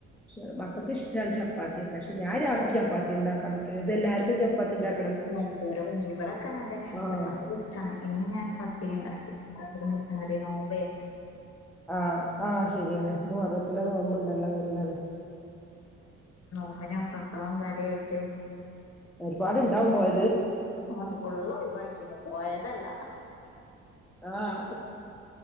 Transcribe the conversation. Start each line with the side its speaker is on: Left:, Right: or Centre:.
Centre: പക്ഷെ മക്കൾക്ക് ഇഷ്ടമാണ് ചപ്പാത്തി പക്ഷെ ഞാൻ രാത്രി ചപ്പാത്തി ഉണ്ടാക്കാൻ നിക്കില്ല ഇന്ന് എല്ലാർക്കും ചപ്പാത്തി ഉണ്ടാക്ക
Left: എന്തോരോ ഇവിടൊക്കെ അങ്ങെനെ തന്നെയാണ്
Centre: ആഹ്
Left: ചപ്പാത്തി ഇഷ്ടമാണ് ഇന്ന് ഞാനും പത്തിരി ഉണ്ടാക്കി ആരെ നോമ്പേ
Centre: ആഹ ആഹ ശരിയാണ് ഇന്ന് പറഞ്ഞപ്പോലെ തന്നെ നോമ്പുണ്ടല്ലോ അല്ലെ
Left: ഇവനെ പ്രസവം കാര്യായിട്ട്
Centre: ഒരുപാട് ഉണ്ടാകും പോയ
Left: ആ ഫുള്ള് ഒഴിവാക്കിയത് പോയതല്ല
Centre: ആഹ